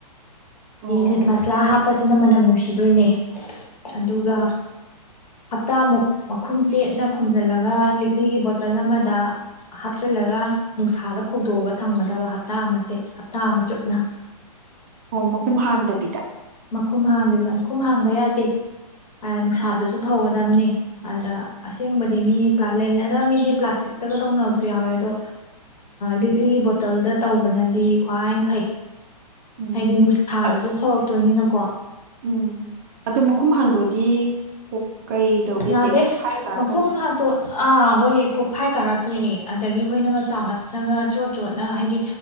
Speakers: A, on the right; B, on the left.
A: ꯑꯣ
B: ꯃꯤꯠ ꯃꯁꯥꯂꯥ ꯍꯥꯞꯄꯁꯤꯅ ꯃꯅꯝ ꯅꯨꯡꯁꯤ ꯅꯨꯡꯁꯤꯗꯣꯏꯅꯦ ꯑꯗꯨꯒ
A: ꯈꯪꯉꯦ
B: ꯍꯞꯇꯥꯃꯨꯛ ꯃꯈꯨꯝ ꯆꯦꯠꯅ ꯈꯨꯝꯖꯤꯜꯂꯒ ꯂꯤꯛꯂꯤꯒꯤ ꯕꯣꯇꯜ ꯑꯃꯗ ꯍꯥꯞꯆꯤꯜꯂꯒ ꯅꯨꯡꯁꯥꯗ ꯐꯧꯗꯣꯛꯑꯒ ꯊꯝꯒꯗꯕ ꯍꯞꯇꯥ ꯑꯃꯁꯦ ꯍꯞꯇꯥ ꯑꯃ ꯆꯨꯞꯅ
A: ꯑꯣ ꯃꯈꯨꯝ ꯍꯥꯡꯗꯕꯤꯗ
B: ꯃꯈꯨꯝ ꯍꯥꯡꯗꯕꯤꯗ ꯃꯈꯨꯝ ꯍꯥꯡꯕ ꯌꯥꯗꯦ ꯅꯨꯡꯁꯥꯗꯨꯁꯨ
A: ꯑꯣ
B: ꯐꯧꯒꯗꯝꯕꯅꯤ ꯑꯗꯥ ꯑꯁꯦꯡꯕꯗꯤ ꯃꯤ ꯂꯩꯅꯗꯕ ꯃꯤꯗꯤ ꯄ꯭ꯂꯥꯁꯇꯤꯛꯇꯒ ꯇꯧꯅꯕꯁꯨ ꯌꯥꯎꯋꯦ ꯑꯗꯣ ꯂꯤꯛꯂꯤꯒꯤ ꯕꯣꯇꯜꯗ ꯇꯧꯕꯅꯗꯤ ꯈ꯭ꯋꯥꯏ ꯐꯩ
A: ꯎꯝ
B: ꯍꯥꯏꯗꯤ ꯅꯨꯡꯁꯥꯗꯨꯁꯨ
A: ꯑ-
B: ꯐꯧꯔꯛꯇꯣꯏꯅꯤꯅꯀꯣ
A: ꯎꯝ ꯑꯗꯨꯣ ꯃꯈꯨꯝ ꯍꯥꯡꯗꯣꯛꯑꯗꯤ ꯀ ꯀꯩꯗꯧꯒꯦ
B: ꯌꯥꯗꯦ
A: ꯆꯦ ꯐꯥꯏ ꯀꯥꯔꯛꯀꯅꯤ
B: ꯃꯈꯨꯝ ꯍꯥꯛꯇꯣ ꯑꯥ ꯍꯣꯏ ꯀꯣꯛꯐꯥꯏ ꯀꯥꯔꯛꯇꯣꯏꯅꯦ ꯑꯗꯒꯤ ꯑꯩꯈꯣꯏꯅꯒ ꯆꯥꯃꯁꯅꯒ ꯆꯣꯠ ꯆꯣꯠꯅ ꯍꯥꯏꯗꯤ